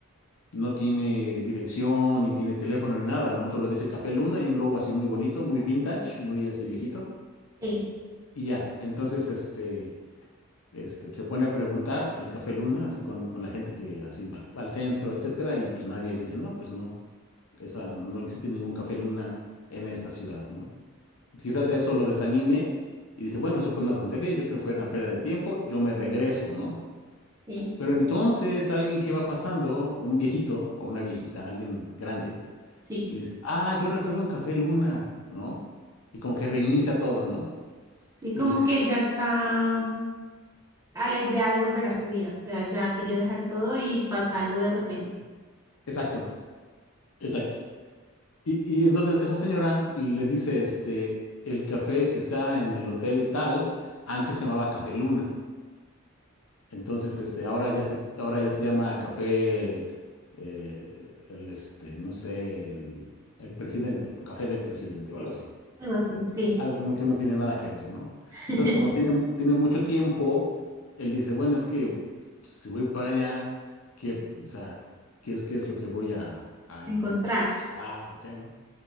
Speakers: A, on the left; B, on the right.
A: no tiene dirección, ni tiene teléfono, ni nada, ¿no? Solo dice Café Luna y un logo así muy bonito, muy vintage, muy así viejito.
B: Sí,
A: Y ya, entonces este, este, se pone a preguntar el Café Luna, así con, con la gente que así va al, va al centro, etcétera, y pues nadie le dice, no, pues no, esa, no existe ningún Café Luna en esta ciudad, ¿no? Quizás eso lo desanime y dice, bueno, eso fue una tontería, yo creo que fue una pérdida de tiempo, yo me regreso, ¿no?
B: sí,
A: Pero entonces alguien que va pasando, un viejito o una viejita, alguien grande,
B: sí.
A: Y le dice, ah, yo recuerdo un Café Luna, ¿no? Y como que reinicia todo, ¿no?
B: Sí,
A: Y
B: como
A: dice,
B: que él ya está a la idea de volver a su vida. O sea, ya quería dejar todo y pasa algo de repente.
A: exacto, exacto. Y, y entonces esa señora le dice, este, el café que está en el hotel tal, antes se llamaba Café Luna. Entonces, este, ahora ya se, ahora ya se llama Café el, eh, el, este, no sé, el, el presidente, o Café del presidente, o algo así.
B: Algo así, sí.
A: algo que no, que no tiene nada que ver, ¿no?
B: <laughs>
A: Entonces, como tiene, tiene mucho tiempo, él dice, bueno, es que pues, si voy para allá, ¿qué, o sea, qué es, qué es lo que voy a, a en-
B: Encontrar,
A: en- buscar o qué, ¿no?